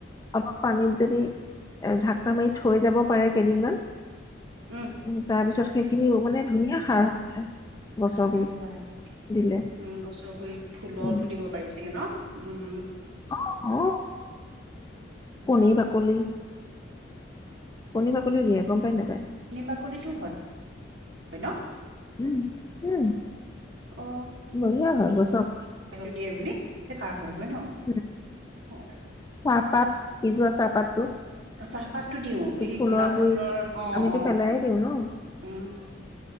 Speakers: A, on the left; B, on the right.
A: অলপ পানীত যদি এ ঢাকনা মাৰি থৈ যাব পাৰে কেইদিনমান।
B: উম।
A: তাৰপিছত সেইখিনিও মানে ধুনীয়া সাৰ হৈ গলে গছৰ
B: খাই
A: গুৰিত
B: হয় আৰু
A: দিলে।
B: উম গছৰ গুৰিত ফুলতো
A: উম
B: দিব পাৰি চাগে ন উম উম।
A: অ অ কণী
B: উম
A: বাকলি। কণী বাকলিও দিয়ে গম পায় নেপায়।
B: কণী বাকলিটো হয় হয় ন।
A: উম উম।
B: অ।
A: বঢ়িয়া হয় গছক।
B: বাকলিটো দিয়ে বুলি সেই খাৰ হয় গৈ ন,
A: উম,
B: অ
A: চাহপাত সিজোৱা চাহপাতটো।
B: চাহপাতটো দিও
A: এইটো
B: এই গোলাপ
A: গুৰিত
B: ফুলৰ অ
A: আমিতো
B: অ।
A: পেলাইয়ে দিওঁ ন
B: উম